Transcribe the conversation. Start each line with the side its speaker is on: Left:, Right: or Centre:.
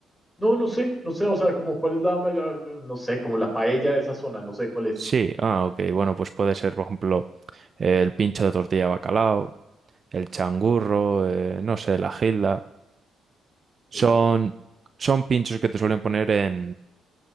Centre: No, no sé, no sé, o sea, como cuál es la, la- la- no sé, como la paella de esa zona, no sé cuál es.
Right: Sí, ah, ok, bueno, pues puede ser, por ejemplo, eh, el pincho de tortilla de bacalao, el changurro, eh, no sé, la gilda.
Centre: Sí,
Right: Son, son pinchos que te suelen poner en,